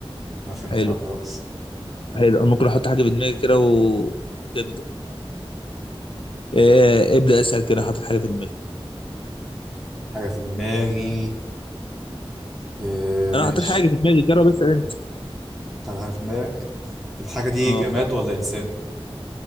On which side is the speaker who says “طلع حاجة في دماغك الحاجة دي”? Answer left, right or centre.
Centre